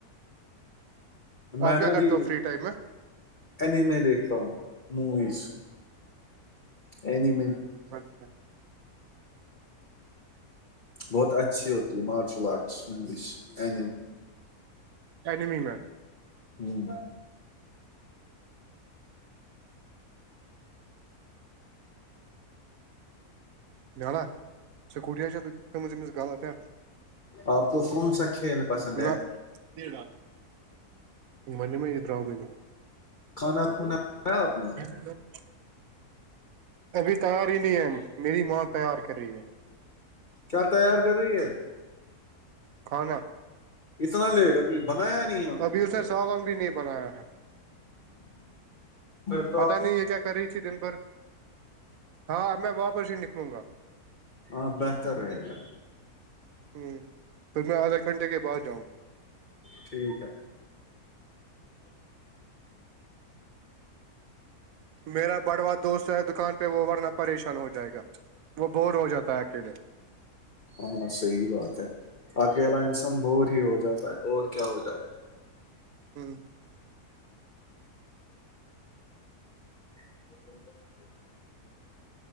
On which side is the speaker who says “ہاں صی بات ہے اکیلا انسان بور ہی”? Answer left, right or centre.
Left